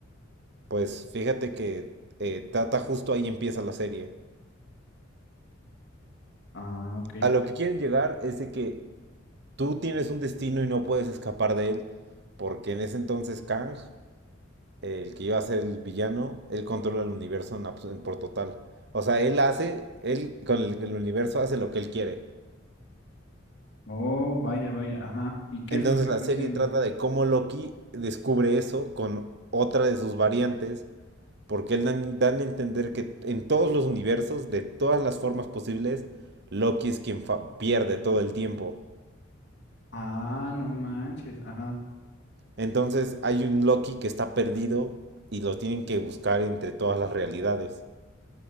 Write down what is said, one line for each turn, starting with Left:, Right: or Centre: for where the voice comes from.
Right: Pues fíjate que eh, trata justo ahí empieza la serie.
Left: Ah, ok.
Right: A lo que quieren llegar es de que tú tienes un destino y no puedes escapar de él, porque en ese entonces Kang, el que iba a ser el villano, él controla el universo en abs- en por total. O sea, él hace, él con el el universo hace lo que él quiere.
Left: Oh, vaya, vaya. Ajá. ¿Y qué
Right: Entonces
Left: es lo que
Right: la
Left: está
Right: serie
Left: haciendo?
Right: trata de cómo Loki descubre eso con otra de sus variantes, porque él dan, dan a entender que en todos los universos, de todas las formas posibles, Loki es quien fa- pierde todo el tiempo.
Left: Ah, no manches. Ajá.
Right: Entonces hay un Loki que está perdido y lo tienen que buscar entre todas las realidades.